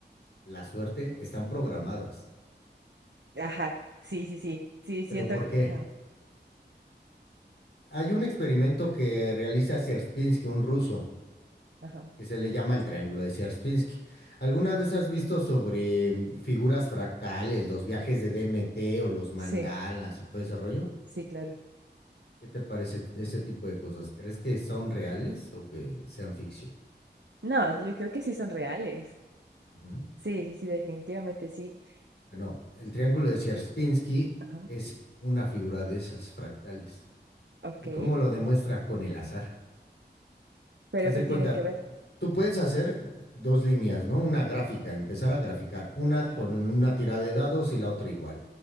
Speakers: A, on the left (about 75°); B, on the right (about 75°).
A: la suerte, están programadas.
B: ajá, sí, sí, sí, sí, siento
A: ¿Pero por
B: que...
A: qué?
B: Ajá,
A: Hay un experimento que realiza Sierpinski, un ruso,
B: ajá,
A: que se le llama el triángulo de Sierpinski. ¿Alguna vez has visto sobre mm, figuras fractales, los viajes de DMT o los mandalas
B: sí,
A: y todo ese rollo?
B: sí, claro.
A: ¿Qué te parece t- ese tipo de cosas? ¿Crees que son reales o que sean ficción?
B: No, yo creo que sí son reales.
A: Ujú.
B: Sí, sí, sí, definitivamente sí.
A: Bueno, el triángulo de Sierpinski
B: Ajá,
A: es una figura de esas fractales.
B: ok,
A: ¿Y cómo lo demuestra? Con el azar.
B: pero
A: Haz de
B: ¿qué tiene
A: cuenta,
B: que ver?
A: tú puedes hacer dos líneas, ¿no? Una gráfica, empezar a graficar, una
B: Ajá,
A: con una tirada de dados y la otra igual.